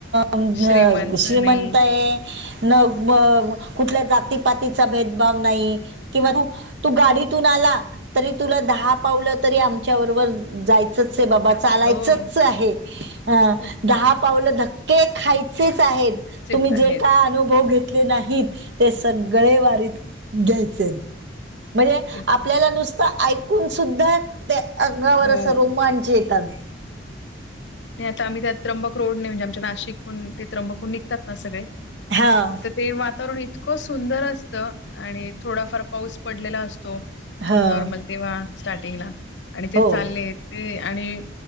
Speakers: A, on the right; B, on the left.
A: न
B: श्रीमंत
A: श्रीमंतय
B: नाही
A: न ग कुठल्या जातीपातीचा भेदभाव नाही किंवा तू तू गाडीतून आला तरी तुला दहा पावलं तरी आमच्या बरोबर जाय. च आहे बाबा चालायचं
B: ते. हो
A: च आहे. आ
B: तेच ना
A: दहा पावल धके खायचेच आहेत,
B: तेच
A: तुम्ही
B: आहेत
A: जे काय अनुभव तले. नाहीत ते सगळे वारीत घ्यायचेत. म्हणजे
B: तेच
A: आपल्याला
B: ना
A: नुसतं ऐकून सुद्धा त्या अंगावर
B: हो
A: असं रोमांच येतात.
B: नाही आता आम्ही त्यात त्र्यंबक रोड नाही म्हणजे आमच्या नाशिकून ते त्र्यंबकहून निघतात ना सगळे
A: हां.
B: ते वातावरण इतकं सुंदर असतं आणि थोडाफार पाऊस पडलेला असतो. तो
A: हां
B: नॉर्मल तेव्हा स्टार्टिंगला आणि ते
A: हो
B: चालले ते आणि